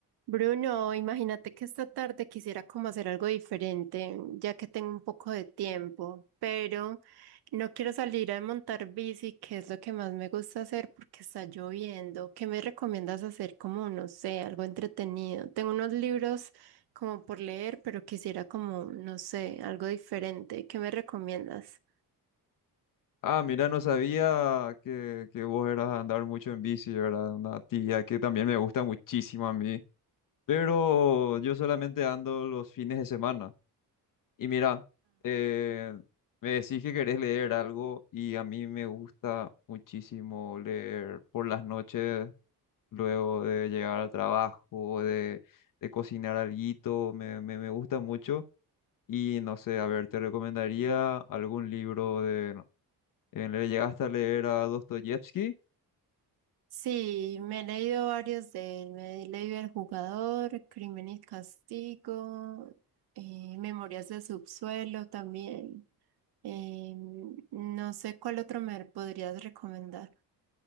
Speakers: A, on the right (about 80°); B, on the left (about 55°).
A: Bruno, imagínate que esta tarde quisiera como hacer algo diferente, ya que tengo un poco de tiempo, pero no quiero salir a montar bici, que es lo que más me gusta hacer porque está lloviendo. ¿Qué me recomiendas hacer como, no sé, algo entretenido? Tengo unos libros como por leer, pero quisiera como, no sé, algo diferente. ¿Qué me recomiendas?
B: Ah, mira, no sabía que, que vos eras a andar mucho en bici, ¿verdad? Una actividad que también me gusta muchísimo a mí. Pero yo solamente ando los fines de semana. Y mira, eh, me decís que querés leer algo y a mí me gusta muchísimo leer por las noches, luego de llegar al trabajo, de, de cocinar alguito, me, me, me gusta mucho. Y no sé, a ver, te recomendaría algún libro de eh, le llegaste a leer a Dostoyevsky,
A: Sí, me he leído varios de él. Me he leído El Jugador, Crimen y Castigo, eh, Memorias del Subsuelo también. Eh, no sé cuál otro me podrías recomendar.